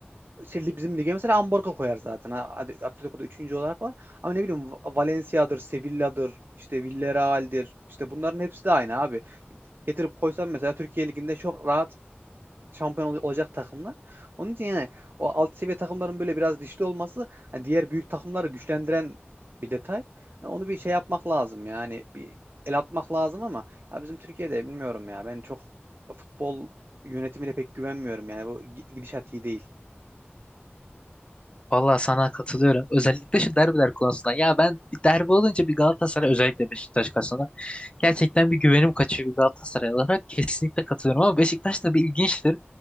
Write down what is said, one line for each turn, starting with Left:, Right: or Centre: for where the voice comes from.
Right: şey, bizim lige mesela Amborga koyar zaten. Ha, hadi Atletico'da üçüncü olarak var. Ama ne bileyim Va- Valencia'dır, Sevilla'dır, işte Villarreal'dir. İşte bunların hepsi de aynı abi. Getirip koysam mesela Türkiye Ligi'nde çok rahat şampiyon ol- olacak takımlar. Onun için yani o alt seviye takımların böyle biraz dişli olması hani diğer büyük takımları güçlendiren bir detay. Yani onu bir şey yapmak lazım yani bir el atmak lazım ama ya bizim Türkiye'de bilmiyorum ya ben çok futbol yönetimine pek güvenmiyorum yani bu gi- gidişat iyi değil.
Left: Vallahi sana katılıyorum. Özellikle şu derbiler konusunda. Ya ben bir derbi olunca bir Galatasaray özellikle Beşiktaş Gerçekten bir güvenim kaçıyor Galatasaray olarak. Kesinlikle katılıyorum ama Beşiktaş da bir ilginçtir.